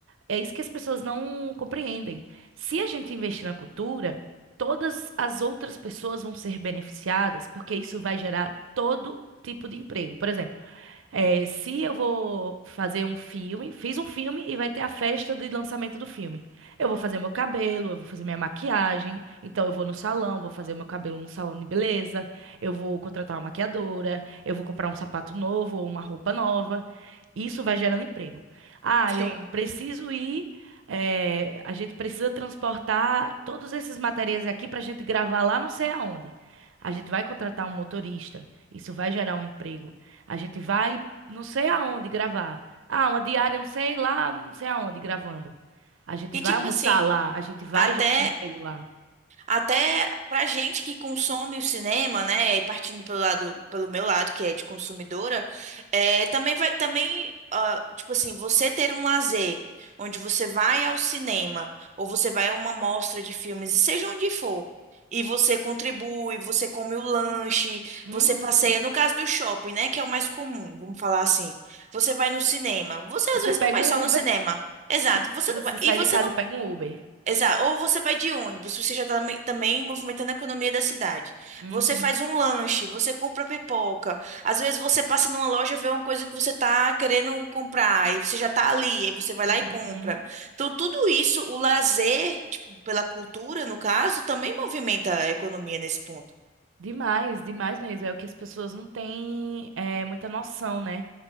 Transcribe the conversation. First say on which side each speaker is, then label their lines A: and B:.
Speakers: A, on the right (about 85°); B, on the right (about 40°).
A: É isso que as pessoas não compreendem. Se a gente investir na cultura, todas as outras pessoas vão ser beneficiadas, porque isso vai gerar todo tipo de emprego. Por exemplo, é, se eu vou fazer um filme, fiz um filme e vai ter a festa de lançamento do filme. Eu vou fazer meu cabelo, eu vou fazer minha maquiagem, então eu vou no salão, vou fazer meu cabelo no salão de beleza, eu vou contratar uma maquiadora, eu vou comprar um sapato novo ou uma roupa nova. Isso vai gerando emprego. Ah,
B: Sim.
A: eu preciso ir. é, a gente precisa transportar todos esses materiais aqui para a gente gravar lá não sei aonde. A gente vai contratar um motorista. Isso vai gerar um emprego. A gente vai não sei aonde gravar. Ah, uma diária, não sei lá, não sei aonde gravando. A gente
B: E
A: vai
B: tipo
A: almoçar
B: assim,
A: lá, a gente vai
B: Até,
A: gerar um emprego lá.
B: até pra gente que consome o cinema, né? E partindo pelo lado, pelo meu lado, que é de consumidora, é, também vai, também, ah, tipo assim, você ter um lazer onde você vai ao cinema ou você vai a uma mostra de filmes, e seja onde for, e você contribui, você come o lanche,
A: Uhum.
B: você passeia, no caso do shopping, né? Que é o mais comum, vamos falar assim. Você vai no cinema. Você às
A: Você
B: vezes
A: pega
B: não vai
A: um
B: só no
A: Uber,
B: cinema. Exato.
A: tipo,
B: Você
A: você
B: não vai,
A: sai
B: e você
A: de casa,
B: não
A: pega um Uber.
B: Exato. Ou você vai de ônibus, você já está também movimentando a economia da cidade.
A: Uhum,
B: Você faz um lanche, você compra pipoca. Às vezes você passa numa loja, vê uma coisa que você está querendo comprar, e você já está ali, aí você vai lá e
A: uhum.
B: compra. Então, tudo isso, o lazer, tipo, pela cultura, no caso, também movimenta a economia nesse ponto.
A: Demais, demais mesmo. É o que as pessoas não têm é, muita noção, né?